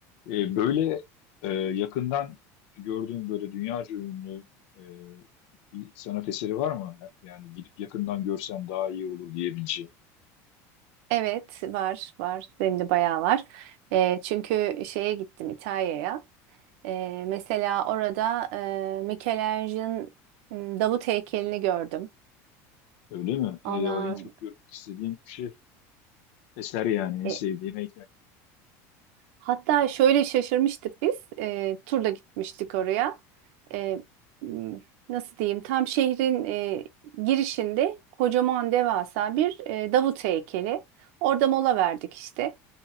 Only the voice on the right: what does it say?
Evet var var benim de bayağı var. Eee, çünkü şeye gittim İtalya'ya. Eee, mesela orada eee Michelangelo'nun m, Davut heykelini gördüm.
Ona
e,
hatta şöyle şaşırmıştık biz. Eee turla gitmiştik oraya. Eee, m, nasıl diyeyim? Tam şehrin eee, girişinde kocaman devasa bir eee, Davut heykeli. Orada mola verdik işte.